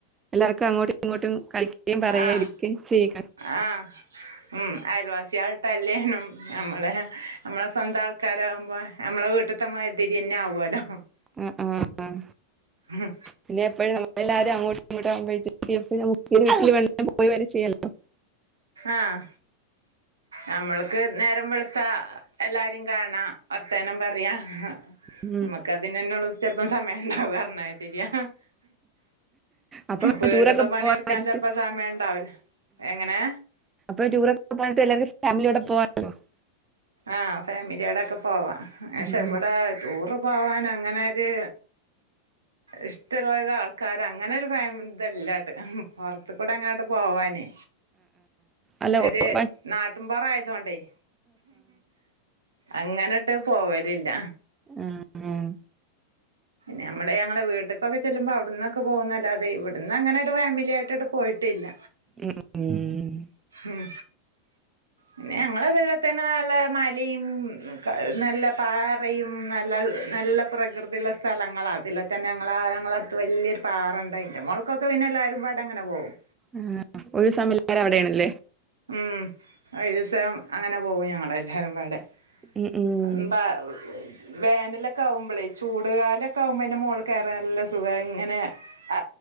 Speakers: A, on the right; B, on the right.
A: എല്ലാവർക്കും അങ്ങോട്ടും ഇങ്ങോട്ടും കളിക്കുകയും പറയുകയും
B: ആഹ്
A: എടുക്കുകയും ചെയ്യുക
B: ആഹ് ഉം ആയൽവാസിയാള് ത്തല്ലേനും നമ്മളെ നമ്മളെ സ്വന്തം ആൾക്കാരാകുമ്പോ ഞമ്മളെ വീട്ട്ത്തെ മാരി തിരി തന്നെ ആവോല്ലോ
A: ഉം ഉം ഉം
B: ഉം
A: പിന്നെ എപ്പഴും നമ്മളെല്ലാരും അങ്ങോട്ടും ഇങ്ങോട്ടു ആവുമ്പഴ്ത്തിന് <unintelligible> പോയ് വെരെ ചെയ്യാല്ലോ
B: ആഹ് നമ്മൾക്ക് നേരം വെളുത്താ എല്ലാരേം കാണാ വർത്താനം പറയാ.
A: ഉം.
B: നമുക്ക് അതിനെന്നൊള്ളു ചെലപ്പം സമയണ്ടാവ <unintelligible> ശരിയാ
A: അപ്പൊ
B: വീട്ട്ത്തെ
A: ടൂറൊക്കെ
B: പണിട്ക്കാൻ
A: പോവാൻ നേരത്ത്
B: ചെൽപ്പൊ സമയണ്ടാവൂല. എങ്ങനേ?
A: അപ്പൊ <unintelligible>
B: ആഹ് ഫാമിലിയാളൊക്കെ പോവാ. പക്ഷെ
A: ഉം.
B: ഇവടെ ടൂറ് പോവാനങ്ങനൊര് ഇഷ്ടള്ളൊരാൾക്കാരങ്ങനെ ഒരു ഫാമ് ഇതല്ല പൊർത്ത്ക്കുടെ അങ്ങനട്ട് പോവാനേ
A: അല്ല ഓ,
B: ഒര്
A: വ-
B: നാട്ട്ൻപൊറായതോണ്ടെയ് അങ്ങനട്ട് പോവലില്ല.
A: ഉം ഉം
B: ഞമ്മള് ഞങ്ങളെ വീട്ട്ക്കൊക്കെ ചെല്ലുമ്പൊ അവ്ട്ന്നൊക്കെ പോകുന്നല്ലാതെ, ഇവിട്ന്നങ്ങനട്ട് ഫാമിലിയായിട്ട് പോയിട്ടില്ല.
A: ഉം. ഉം.
B: ഉം പിന്നെ ഞങ്ങള് <unintelligible> നല്ല മലിം, ക നല്ല പാറയും, നല്ല നല്ല പ്രകൃതിള്ള സ്ഥലങ്ങളാ. അതില് തന്നെ ഞങ്ങളാ ഞങ്ങളട്ത്ത് വല്യൊര് പാറണ്ട്. അയ്ന്റെ മോൾക്കൊക്കെ പിന്നെ എല്ലാരുംപാടങ്ങനെ പോവും.
A: ആഹ് ഒരു <unintelligible> അവിടേണല്ലേ
B: ഉം ഒരീസം അങ്ങനെ പോകും ഞങ്ങള് എല്ലാരും പാടെ
A: ഉം. ഉം.
B: <unintelligible> വേനലൊക്കാവുമ്പളേ, ചൂട് കാലൊക്കെ ആവുമ്പൊ അയ്ന്റെ മോളാ കേറാൻ നല്ല സുഖാ, ഇങ്ങനെ അ